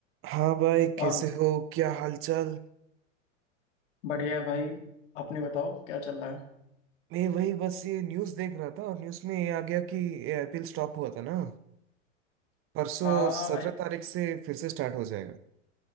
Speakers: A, on the right; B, on the left.
A: हाँ भाई
B: और
A: कैसे हो क्या हालचाल
B: बढ़िया है भाई अपने बताओ क्या चल रहा है
A: मैं वही बस ये न्यूज़ देख रहा था और न्यूज़ में ये आ गया कि ये आईपीएल स्टॉप हुआ था ना परसों
B: हाँ
A: सत्रह
B: ए-
A: तारीख से फिर से स्टार्ट हो जाएगा